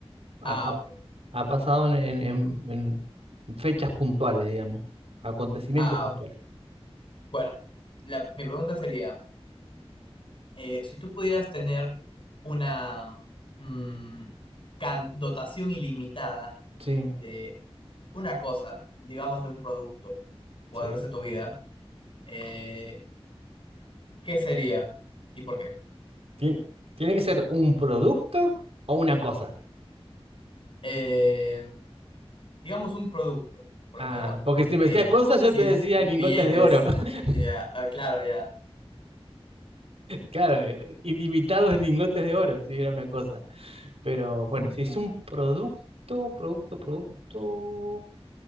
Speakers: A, on the right; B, on the left.
A: Ha,
B: Ah,
A: ha-
B: ok.
A: ha pasado en, en- en- en fechas puntuales, digamos, acontecimientos
B: Ah,
A: puntuales.
B: ok. Bueno, la- mi pregunta sería... eh, si tú pudieras tener una mm, can- dotación ilimitada
A: Sí,
B: de una cosa, digamos de un producto, por
A: sí.
B: el resto de tu vida, eh, ¿qué sería y por qué?
A: Tien- tiene que ser un producto o una cosa.
B: Eh, digamos un producto, porque
A: Ah,
B: claro,
A: porque si
B: eh,
A: me decías cosas,
B: si
A: yo te decía
B: billetes,
A: lingotes de oro. <laughs>
B: ya, ah, ah, claro, ya.
A: Claro, eh, ilimitados en lingotes de oro, si era una cosa. Pero bueno,
B: <laughs>
A: si es un producto, producto, producto